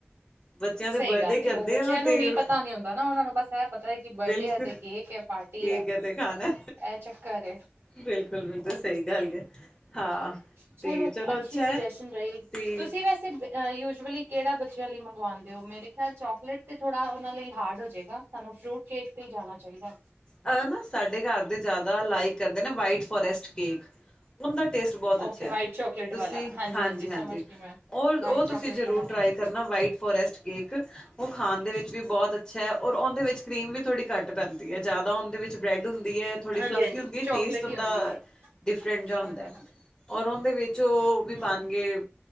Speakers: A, on the left (about 20°); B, on the right (about 80°).
A: ਬੱਚਿਆਂ
B: ਸਹੀ
A: ਦੇ ਬਰਡੇ
B: ਗੱਲ
A: ਕਰਦੇ
B: ਏ। ਉਹ ਬੱਚਿਆਂ
A: ਹਾਂ
B: ਨੂੰ
A: ਤੇ,
B: ਨੀ ਪਤਾ ਨੀ ਹੁੰਦਾ ਨਾ ਉਹਨਾਂ ਨੂੰ ਬਸ ਇਹ ਪਤਾ ਹੈ ਕਿ ਬਰਡੇ
A: ਬਿਲਕੁਲ
B: ਹੈ ਤੇ
A: ਠੀਕ
B: ਕੇਕ ਹੈ ਪਾਰਟੀ
A: ਹੈ ਤੇ ਖਾਣਾ
B: ਇਹ ਚੱਕਰ ਹੈ
A: ਬਿਲਕੁਲ-ਬਿਲਕੁਲ ਸਹੀ ਗੱਲ ਹੈ ਹਾਂ।
B: ਚਲੋ
A: ਤੇ
B: ਅੱਛੀ
A: ਅੱਛਾ
B: ਸੁਜੈਸ਼ਨ
A: ਹੈ ਤੁਸੀਂ
B: ਰਹੀ। ਤੁਸੀਂ ਵੈਸੇ ਯੂਜਅਲੀ ਕਿਹੜਾ ਬੱਚਿਆਂ ਲਈ ਮੰਗਵਾਉਂਦੇ। ਮੇਰੇ ਖਿਆਲ ਚੋਕਲੇਟ ਤੇ ਥੋੜਾ ਉਹ ਲਈ ਹਾਰਡ ਹੋ ਜਾਏਗਾ। ਸਾਨੂੰ ਫਰੂਟ ਕੇਕ ਤੇ ਹੀ ਜਾਣਾ ਚਾਹੀਦਾ
A: ਆ ਨਾ ਸਾਡੇ ਘਰ ਦੇ ਜ਼ਿਆਦਾ ਲਾਈਕ ਕਰਦੇ ਨਾ ਵਾਈਟ ਫੋਰਸਟ ਕੇਕ। ਉਹਦਾ ਟੇਸਟ ਬਹੁਤ
B: ਓਕੇ
A: ਅੱਛਾ ਹੈ।
B: ਵਾਈਟ ਚੋਕਲੇਟ
A: ਤੁਸੀਂ,
B: ਵਾਲਾ ਹਾਂਜੀ
A: ਹਾਂਜੀ-ਹਾਂਜੀ,
B: ਹਾਂਜੀ ਸਮਝ ਗਈ ਮੈਂ
A: ਉਹ-ਉਹ
B: ਵਾਈਟ ਚੋਕਲੇਟ
A: ਤੁਸੀਂ ਜ਼ਰੂਰ
B: ਵਾਲਾ
A: ਟਰਾਈ
B: ਹੁੰਦਾ
A: ਕਰਨਾ ਵਾਈਟ ਫੋਰੈਸਟ ਕੇਕ। ਉਹ ਖਾਣ ਦੇ ਵਿੱਚ ਵੀ ਬਹੁਤ ਅੱਛਾ ਹੈ। ਔਰ ਉਹਦੇ ਵਿੱਚ ਕਰ੍ਰੀਮ ਵੀ ਥੋੜ੍ਹੀ ਘੱਟ ਪੈਂਦੀ ਹੈ। ਜ਼ਿਆਦਾ ਉਹਦੇ ਵਿੱਚ ਬ੍ਰੈਡ ਹੁੰ ਦੀ ਹੈ ਥੜੀ
B: ਹਾਂਜੀ
A: ਫਲੱਫੀ
B: ਹਾਂਜੀ
A: ਹੁੰਦੀ ਹੈ।
B: ਚੋਕਲੇਟ
A: ਟੇਸਟ ਹੁੰਦਾ
B: ਹੀ ਹੁੰਦੀ ਹੈ
A: ਡਿਫਰੈਂਟ ਜਿਹਾ
B: ਹਾਂ
A: ਹੁੰਦਾ।
B: ਹਾਂ ਹਾਂ।
A: ਔਰ ਉਹਦੇ ਵਿੱਚ ਉਹ
B: ਹਮ
A: ਵੀ ਪਾਉਣਗੇ,